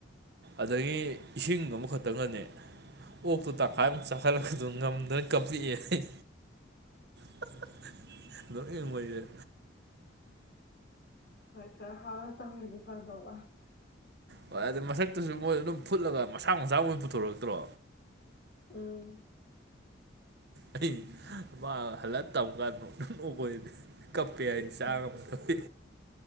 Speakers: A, on the right; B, on the left.
A: ꯑꯗꯒꯤ ꯏꯁꯤꯡ ꯑꯃꯈꯛꯇꯪꯒꯅꯤ ꯑꯣꯛꯇꯨ ꯇꯪꯈꯥꯏ ꯑꯃꯨꯛ ꯆꯥꯈꯜꯂꯛꯄꯗꯨ ꯉꯝꯗꯅ ꯀꯞꯂꯛꯑꯦ ꯑꯩ <unintelligible> ꯃꯣꯏꯁꯦ
B: ꯍꯣꯏ ꯀꯔ ꯍꯥꯎꯔ ꯇꯧꯔꯗꯤ ꯐꯗꯕ
A: ꯍꯣꯏ ꯑꯗꯨ ꯃꯁꯛꯇꯨꯁꯨ ꯃꯣꯏ ꯑꯗꯨꯝ ꯐꯨꯠꯂꯒ ꯃꯁꯥ ꯃꯁꯥ ꯃꯣꯏ ꯄꯨꯊꯣꯔꯛꯇ꯭ꯔꯣ
B: ꯎꯝ
A: ꯑꯩ
B: ꯎꯝ
A: ꯃꯥ ꯍꯜꯂꯛ ꯑ ꯇꯝ ꯀꯥꯟꯗ ꯅꯪ ꯅꯈꯣꯏꯅꯤ ꯀꯞꯄꯦ ꯍꯥꯏꯅ ꯆꯥꯡ
B: ꯎꯝ
A: ꯑꯃ ꯍꯥꯄꯤ